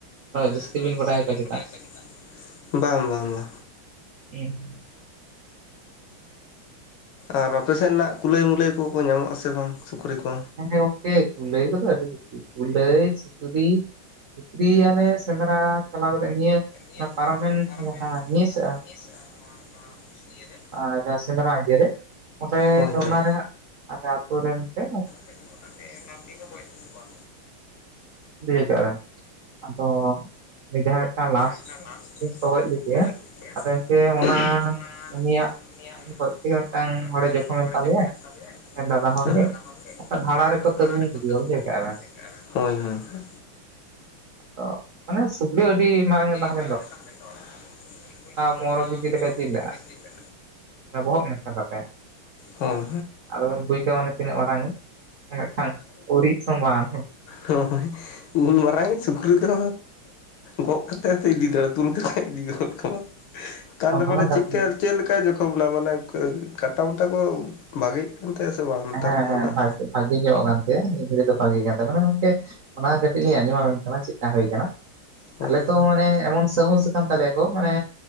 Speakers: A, on the right; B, on the left.
A: ᱡᱟᱹᱥᱛᱤ
B: ᱦᱮᱸ ᱦᱳᱭ
A: ᱵᱤᱱ ᱵᱟᱰᱟᱭ ᱠᱚᱣᱟ ᱪᱮᱫᱟᱜ?
B: <unintelligible> ᱵᱟᱝ ᱵᱟᱝ ᱵᱟ
A: ᱦᱮᱸ
B: ᱟᱨ ᱟᱯᱮᱥᱮᱫ ᱱᱟᱜ ᱠᱩᱞᱟᱹᱭ ᱢᱩᱞᱟᱹᱭ ᱠᱚᱠᱚ ᱧᱟᱢᱚᱜ ᱟᱥᱮ ᱵᱟᱝ ᱥᱩᱠᱨᱤ ᱠᱚ
A: ᱦᱮᱸ ᱜᱚᱝᱠᱮ ᱠᱩᱞᱟᱹᱭ ᱠᱚᱫᱚ ᱟᱹᱰᱤ ᱵᱮᱥᱤ ᱠᱩᱞᱟᱹᱭ ᱥᱩᱠᱨᱤ ᱥᱩᱠᱨᱤ ᱟᱞᱮ ᱥᱮᱸᱫᱽᱨᱟ ᱪᱟᱞᱟᱣ ᱠᱟᱛᱮᱫ ᱱᱤᱭᱟᱹ
B: ᱤᱭᱟᱹ
A: ᱚᱱᱟ ᱯᱟᱨᱚᱢᱮᱱ
B: ᱯᱟᱨᱟᱢᱮᱱ
A: ᱡᱟᱦᱟᱸ
B: <unintelligible>
A: ᱱᱤᱭᱟᱹ
B: ᱱᱚᱣᱟ
A: ᱥᱮ
B: ᱱᱚᱣᱟ ᱤᱭᱟᱹ ᱨᱮ
A: ᱨᱟ ᱡᱟᱦᱟᱸ ᱥᱮᱸᱫᱨᱟ ᱤᱭᱟᱹ ᱨᱮ ᱚᱸᱰᱮ
B: ᱦᱳᱭ ᱦᱳᱭ
A: ᱚᱱᱟᱨᱮ
B: ᱦᱳᱭ
A: ᱦᱟᱸᱜ ᱟᱞᱮ ᱟᱹᱛᱩ ᱨᱮᱱ ᱛᱮ
B: ᱱᱚᱰᱮ <unintelligible> ᱠᱚ ᱜᱚᱡ ᱞᱮᱫ ᱠᱟᱣᱟ
A: ᱵᱩᱡᱷᱟᱹᱣ ᱠᱮᱫᱟ ᱵᱮᱱ ᱟᱫᱚ ᱩᱱᱤ ᱡᱟᱦᱟᱸ ᱢᱤᱫᱴᱟᱝ ᱞᱟᱥᱴ
B: ᱚᱱᱟ ᱞᱟᱞ
A: ᱫᱤᱱ ᱠᱚ ᱜᱚᱡ ᱞᱮᱫᱮᱭᱟ
B: ᱛᱚᱜᱚᱡ <inaudible> <unintelligible>
A: ᱟᱫᱚ ᱮᱱᱛᱮ ᱚᱱᱟ ᱩᱱᱤᱭᱟᱜ ᱩᱱᱤ ᱜᱚᱡ ᱛᱮᱜᱮ ᱢᱤᱫᱴᱟᱝ ᱦᱚᱲᱮ ᱡᱚᱠᱷᱚᱢᱮᱱ ᱛᱟᱞᱮᱭᱟ ᱫᱟᱫᱟ ᱦᱚᱲ ᱜᱮ ᱚᱱᱠᱟ ᱫᱷᱟᱲᱟ ᱨᱮᱠᱚ
B: ᱫᱷᱟᱲᱟ
A: ᱛᱟᱹᱜᱩᱢ
B: ᱨᱮ ᱠᱚ ᱛᱟᱯᱤᱧ
A: ᱵᱩᱡᱷᱟᱹᱣ
B: ᱠᱮᱫᱮᱭᱟ
A: ᱠᱮᱜᱼᱟ
B: ᱵᱩᱡᱷᱟᱣ ᱠᱮ-ᱟ ᱵᱮᱱ ᱦᱳᱭ ᱦᱳᱭ ᱦᱳᱭ
A: ᱛᱚ ᱢᱟᱱᱮ ᱥᱩᱠᱨᱤ ᱟᱹᱰᱤ ᱢᱟᱨᱟᱝ ᱮ ᱛᱟᱦᱮ
B: ᱟᱰᱤ ᱢᱟᱨᱟᱝ-ᱮ ᱛᱟᱦᱮᱸ ᱞᱮᱱ ᱫᱚᱭ ᱦᱩᱭᱩᱜ ᱪᱚ
A: ᱯᱚᱱᱨᱚ
B: ᱱᱚᱝᱠᱟ
A: ᱞᱮᱠᱟ
B: ᱯᱳᱱᱨᱚ
A: ᱡᱤᱞ
B: ᱠᱮᱡᱤ
A: ᱞᱟᱜᱼᱟ
B: ᱞᱮᱠᱟᱭ ᱡᱤᱞ-ᱟ
A: ᱵᱚᱦᱚᱜ ᱢᱮᱥᱟ ᱠᱟᱛᱮᱫ
B: ᱦᱳᱭ
A: ᱟᱫᱚ ᱵᱮᱱ ᱵᱩᱡᱽᱫᱟ ᱢᱟᱱᱮ ᱛᱤᱱᱟᱹᱜ ᱢᱟᱨᱟᱝ ᱟᱭ ᱢᱤᱫᱴᱷᱟᱝ ᱩᱨᱤᱡ ᱥᱚᱢᱟᱱ
B: ᱦᱳ ᱩᱱ ᱢᱟᱨᱟᱝ-ᱤᱡ ᱥᱩᱠᱨᱤ ᱫᱚ ᱜᱚᱜ ᱠᱟᱛᱮᱫ ᱤᱫᱤ ᱫᱟᱲᱮ ᱛᱩᱞ ᱠᱟᱛᱮᱫ ᱤᱫᱤ ᱜᱚᱫ ᱠᱟᱢᱟ
A: ᱚᱱᱟ
B: ᱢᱟᱱᱮ
A: ᱢᱟ ᱠᱟᱛᱷᱟ
B: ᱪᱮᱫ
A: ᱜᱮ
B: ᱞᱮᱠᱟ ᱪᱮᱫ ᱠᱟᱭ ᱡᱚᱠᱷᱚᱢ ᱱᱟ ᱢᱟᱱᱮ ᱠᱟᱴᱟ ᱢᱟᱴᱟ ᱠᱚ ᱵᱷᱟᱜᱮ ᱮᱱ ᱛᱟᱭᱟ ᱥᱮ ᱵᱟᱝ? ᱱᱮᱛᱟᱨ
A: ᱦᱮᱸ ᱦᱮᱸ
B: ᱫᱚ ᱱᱟᱜ
A: ᱵᱷᱟᱜᱤ ᱧᱚᱜ ᱠᱟᱱ ᱛᱟᱭᱟ ᱱᱤᱭᱟᱹ ᱜᱷᱟᱹᱲᱤᱡ ᱫᱚ ᱵᱷᱟᱜᱮ ᱠᱟᱱ ᱛᱟᱭᱟ ᱢᱟᱱᱮ ᱜᱚᱝᱠᱮ ᱚᱱᱟ ᱠᱟᱹᱴᱤᱡ ᱞᱤᱧ ᱟᱸᱡᱚᱢ ᱟᱵᱮᱱ ᱠᱟᱱᱟ ᱪᱮᱫᱠᱟ ᱦᱩᱭ ᱠᱟᱱᱟ
B: ᱦᱳᱭ
A: ᱟᱞᱮ
B: ᱦᱳᱭ
A: ᱛᱚ ᱢᱟᱱᱮ ᱮᱢᱚᱱ ᱥᱟᱹᱢᱳᱥ ᱠᱟᱱ ᱛᱟᱞᱮᱭᱟ ᱛᱚ ᱢᱟᱱᱮ